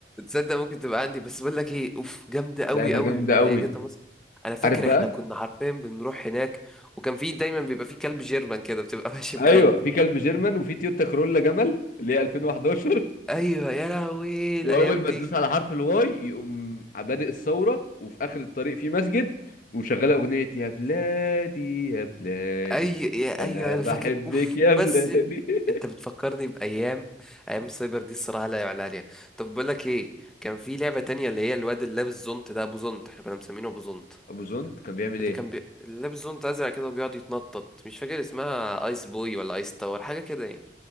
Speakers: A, in the centre; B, on the left.
A: تصدق ممكن تبقى عندي بس بقول لك ايه اوف جامده قوي
B: لعبة
A: قوي
B: جامدة
A: اللي
B: أوي
A: هي جاتا مصر انا فاكر
B: عارف بقى
A: احنا كنا حرفيا بنروح هناك وكان في دايما بيبقى في كلب جيرمان كده بتبقى ماشي بكلب
B: ايوه في كلب جيرمان وفي تويوتا كرولا جمل اللي هي 2011
A: ايوه يا لهوي الايام
B: واول ما
A: دي
B: تدوس على حرف الواي يقوم بادئ الثوره وفي اخر الطريق في مسجد وشغاله اغنيه يا بلادي يا بلادي
A: اي يا
B: انا
A: ايوه انا
B: بحبك
A: فاكر اوف
B: يا بلادي
A: بس
B: <laughs>
A: انت بتفكرني بايام ايام السايبر دي الصراحه لا يعلى عليها طب بقول لك ايه كان في لعبه تانية اللي هي الواد اللي لابس زونت ده ابو زونت احنا كنا مسمينه ابو زونت
B: ابو زنت كان بيعمل
A: اللي
B: ايه
A: كان بي... اللي لابس زونت ازرق كده وبيقعد يتنطط مش فاكر اسمها ايس بوي ولا ايس تاور حاجه كده يعني